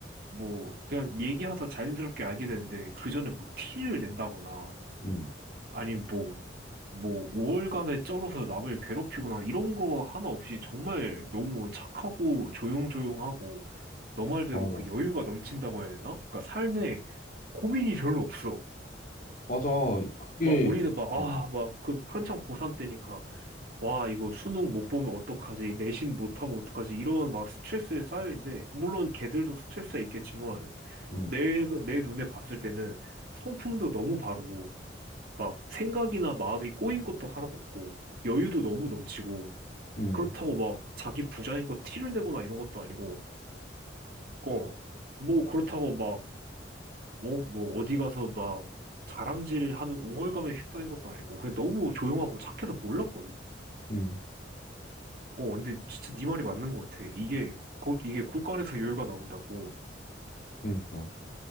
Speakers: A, on the right; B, on the left.
A: 뭐 그냥 얘기하다 자연스럽게 알게 되는데 그 전에 뭐 티를 낸다거나
B: 음,
A: 아니면 뭐 뭐 우월감에 쩔어서 남을 괴롭히거나 이런 거 하나 없이 정말 너무 착하고 조용조용하고 너 말대로
B: 맞아.
A: 그 여유가 넘친다고 해야 되나? 그러니까 삶에 고민이 별로 없어.
B: 맞아. 그게,
A: 막 우리는 막 아
B: 음,
A: 막 그 한창 고3 때니까 와 이거 수능 못 보면 어떡하지 내신 못하면 어떡하지 이런 막 스트레스에 쌓여 있는데 물론 걔들도 스트레스가 있겠지만
B: 음,
A: 내 내 눈에 봤을 때는 성품도 너무 바르고 막 생각이나 마음이 꼬인 것도 하나도 없고 여유도 너무 넘치고
B: 음,
A: 그렇다고 막 자기 부자인 거 티를 내거나 이런 것도 아니고 어 뭐 그렇다고 막 뭐 뭐 어디 가서 막 자랑질하는 우월감에 휩싸인 것도 아니고 그냥 너무 조용하고 착해서 몰랐거든
B: 음,
A: 어 근데 진짜 네 말이 맞는 것 같아 이게 곧 이게 굴간에서 여유가 나온다고
B: 그러니까.